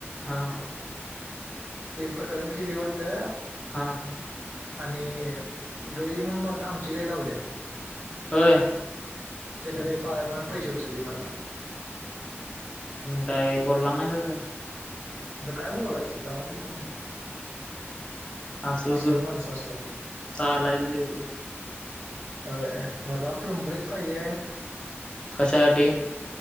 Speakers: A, on the left (about 20°); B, on the right (about 70°).
A: हा
B: ते प्रकरण केलय वाटतं
A: हा
B: आणि गई म्हणून मरद आमची गई लावल्या
A: होय
B: त्यांना पावण्याकडन पैसे उचलले मर्दा
A: काय बोलला नाही स त्याला
B: म्हता काय बोलायचं जाऊन तेेत म्हटलं
A: असं
B: कसली
A: सोड
B: माणसं असतात
A: चालायचं तेवढं
B: अ म प्लमबरिकएक पाहिजे हाय
A: कशासाठी